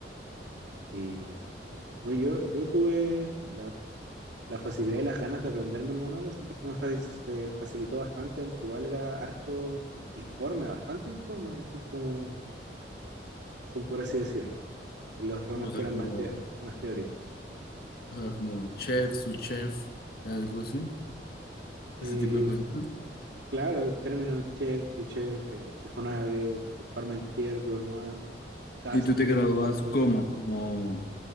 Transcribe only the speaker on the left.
O
sea,
como,
o sea, como chef, su chef, algo así,
ese tipo de cositas.
¿Y tú te gradúas
como, como,